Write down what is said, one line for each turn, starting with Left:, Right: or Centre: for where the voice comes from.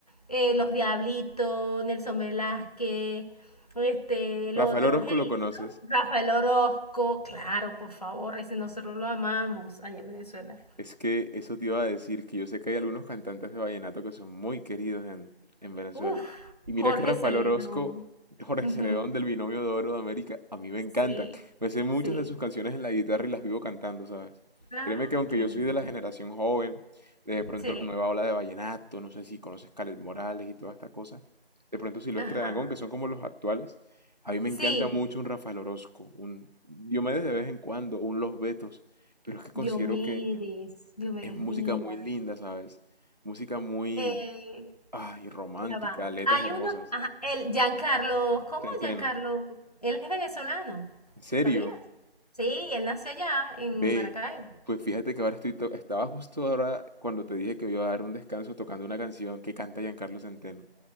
Left: eh, los Diablitos, Nelson Velázquez, este, el
Right: Rafael
Left: otro,
Right: Orozco
Left: Helio,
Right: lo conoces.
Left: ¿no? Rafael Orozco, claro, por favor, ese nosotros lo amamos allá en Venezuela.
Right: Es que eso te iba a decir, que yo sé que hay algunos cantantes de vallenato que son muy queridos en, en Venezuela.
Left: Uf,
Right: Y mira
Left: Jorge
Right: que Rafael
Left: Celedón.
Right: Orozco, <laughs> Jorge
Left: Ujú,
Right: Celedón del Binomio de Oro de América, a mí me encantan.
Left: Sí,
Right: Me sé muchas
Left: sí.
Right: de sus canciones en la guitarra y las vivo cantando, ¿sabes?
Left: Ay,
Right: Créeme que aunque
Left: qué
Right: yo
Left: lindo.
Right: soy de la generación joven, de pronto
Left: Sí,
Right: la nueva ola de vallenato, no sé si conoces Caled Morales y toda esta cosa, de pronto Silvestre
Left: ajá.
Right: Dangond, que son como los actuales, a mí me
Left: Sí,
Right: encanta mucho un Rafael Orozco, un Diomedes de vez en cuando, un Los Betos, pero es que considero
Left: Diomedes,
Right: que
Left: Diomedes
Right: es música
Left: Díaz.
Right: muy linda, ¿sabes? Música muy,
Left: Eh,
Right: ay, romántica,
Left: ya va.
Right: letras
Left: Hay
Right: hermosas.
Left: uno, ajá, el Giancarlo, ¿cómo
Right: Centeno,
Left: Giancarlo? Él es venezolano,
Right: ¿en serio?
Left: ¿sabías? Sí, él nació allá en
Right: Ve,
Left: Maracaibo.
Right: pues fíjate que ahora estoy, to- estaba justo ahora cuando te dije que iba a dar un descanso tocando una canción que canta Giancarlo Centeno.